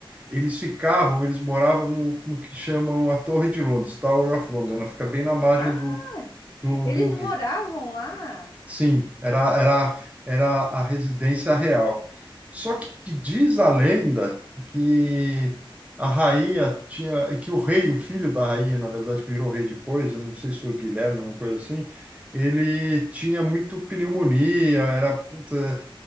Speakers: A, on the right; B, on the left.
A: eles ficavam, eles moravam no, no que chamam a Torre de Londres, Tower of London. Ela fica bem na margem
B: Ah,
A: do, do,
B: eles
A: do rio.
B: moravam lá.
A: Sim, era, era, era a residência real. Só que, que diz a lenda que a rainha tinha, que o rei, o filho da rainha, na verdade, que virou rei depois, eu não sei se foi o Guilherme, alguma coisa assim, ele tinha muito pneumonia, era puta,